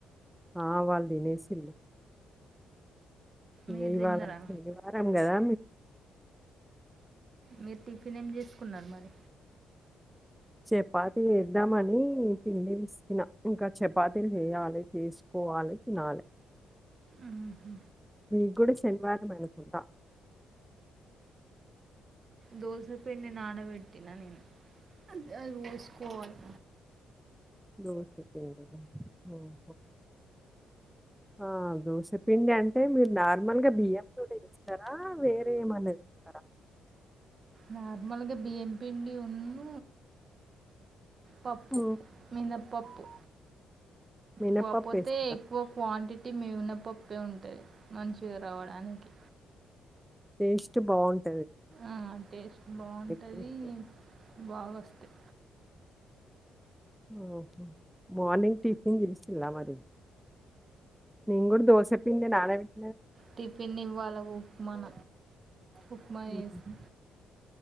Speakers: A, in the centre; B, on the right.
A: ఆ వాళ్ళు తినేసిండ్రు ఇ
B: మీరు
A: ఇవాళ
B: తిన్నారా
A: శనివారం వారం కదా
B: మీరు టిఫిన్ ఏం చేసుకున్నారు మరి
A: చపాతి చేద్దామని పిండి పిసికిన ఇంకా చపాతీలు చేయాలి చేసుకోవాలి తినాలి
B: ఉహు.
A: మీ కూడ శనివారమే అనుకుంట
B: దోస పిండి నానబెట్టినా నేను అంతే అ ఓస్కోలి
A: దోశ కి హ్మ్ ఆ దోశపిండి అంటే మీరు నార్మల్ గా బియ్యం తో ఇస్తారా వేరే ఏమన్నది ఇస్తారా
B: నార్మల్గా బియ్యం పిండి ఉన్న పప్పు
A: హ్మ్.
B: మినపప్పు
A: మినపప్పు
B: కాకపోతే
A: ఏస్తారా?
B: ఎక్కువ క్వాంటిటీ ఉట్టి మినపప్పే ఉంటుంది మంచిగా రావడానికి
A: టేస్ట్ బాగుంటుంది
B: ఆ టేస్ట్ బాగుంటది
A: ఎక్కువేస్తే.
B: బాగా వస్తయి
A: హ మార్నింగ్ టిఫిన్ చేసిండ్రా మరి నేను కూడా దోశ పిండి నానబెట్టి
B: టిఫిన్ ఇవ్వాల ఉప్మాన ఉప్మా
A: హుహు.
B: వేసి